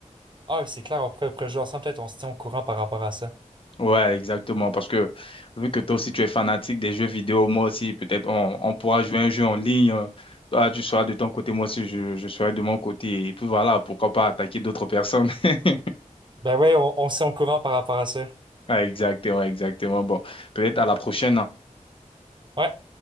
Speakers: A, on the right; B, on the left.
A: Ah, oui, c'est clair, on pourrait, on pourrait jouer ensemble, peut-être on se tient au courant par rapport à ça.
B: Ouais, exactement. Parce que vu que toi aussi tu es fanatique des jeux vidéo, moi aussi, peut-être on, on pourra jouer un jeu en ligne. euh, Toi, tu seras de ton côté, moi aussi, je, je serai de mon côté. Et puis voilà, pourquoi pas attaquer d'autres personnes. <laughs>
A: Ben ouais, on, on se tient au courant par rapport à ça.
B: Ouais, exactement, exactement. Bon, peut-être à la prochaine. hein.
A: Ouais.